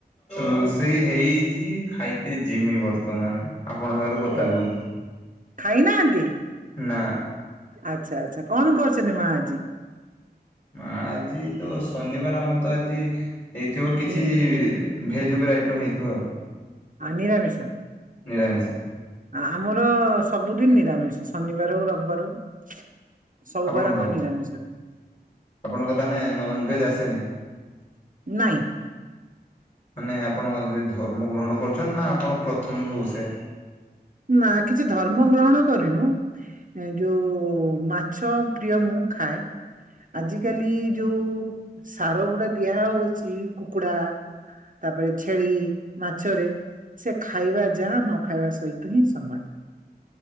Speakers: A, on the left; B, on the right.
A: ରୋଷେଇ ହେଇଛି ଖାଇତେ ଯିମି ବର୍ତ୍ତମାନ। ଆପଣଙ୍କ ଆଗରେ କଥା
B: ଓ
A: କହୁଛି।
B: ଖାଇନାହାନ୍ତି?
A: ନା।
B: ଆଚ୍ଛା ଆଚ୍ଛା କଣ କରୁଛନ୍ତି ମା ଆଜି?
A: ମା ଆଜି ତ ଶନିବାର ଆମର ତ ଆଜି ହେଇଥିବ କିଛି
B: ନି
A: ଭେଜ ଉ ଆଇଟମ୍ ହେଇଥିବ ଆଉ।
B: ଆଁ ନିରାମିଶ।
A: ନିରାମିଷ।
B: ଆ ଆମର ସବୁଦିନ ନିରାମିଷ ଶନିବାର ହଉ ରବିବାର ହଉ। ସବୁବାରେ
A: ଆପଣଙ୍କର
B: ଆମର ନିରାମିଷ।
A: ଆପଣଙ୍କ ତାନେ ନନଭେଜ୍ ଆସେନି?
B: ନାଇଁ।
A: ମାନେ ଆପଣ ଯ ଧର୍ମ ଗ୍ରହଣ କରୁଛନ୍ତି ନା ଆପଣ ପ୍ରଥମରୁ ସେୟା।
B: ନା କିଛି ଧର୍ମ ଗ୍ରହଣ କରିନୁ। ଏ ଯୋଉ ମାଛ ପ୍ରିୟ ମୁଁ ଖାଏ। ଆଜିକାଲି ଯୋଉ ସାର ଗୁଡ଼ା ଦିଆହଉଛି କୁକୁଡା। ତାପରେ ଛେଳି ମାଛରେ ସେ ଖାଇବା ଯାହା ନ ଖାଇବା ସହି ତହିଁ ସମାନ।